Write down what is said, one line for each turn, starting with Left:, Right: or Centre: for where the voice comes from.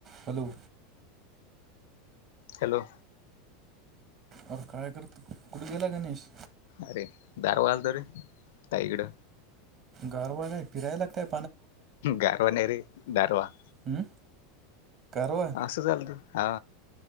Right: Hello.
Left: Hello.
Right: अरे काळेकरत कुठे गेला गणेश
Left: अरे दारवालत रे ताईकड
Right: गर व फिराय लागतय.
Left: गरवा नरी दरवा
Right: हम्म गारवा
Left: असं चाल तू हा.